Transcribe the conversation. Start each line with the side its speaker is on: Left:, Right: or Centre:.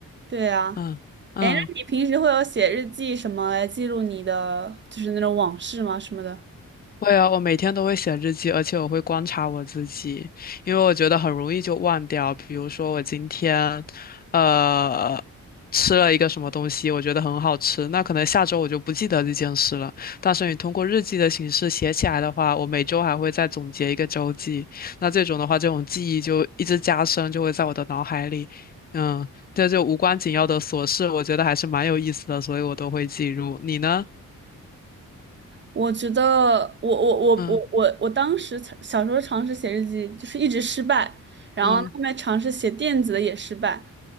Right: 对啊。
Left: 嗯嗯，
Right: 哎，那你平时会有写日记什么来记录你的，就是那种往事吗？什么的？
Left: 会啊，我每天都会写日记，而且我会观察我自己，因为我觉得很容易就忘掉。比如说我今天，呃，吃了一个什么东西，我觉得很好吃，那可能下周我就不记得这件事了。但是你通过日记的形式写起来的话，我每周还会再总结一个周记，那这种的话，这种记忆就一直加深，就会在我的脑海里。嗯，这就无关紧要的琐事，我觉得还是蛮有意思的，所以我都会记录。你呢？
Right: 我觉得我我我我我我当时尝小时候尝试写日记，
Left: 嗯
Right: 就是一直失败，然后后面尝试写电子的也失败。
Left: 嗯。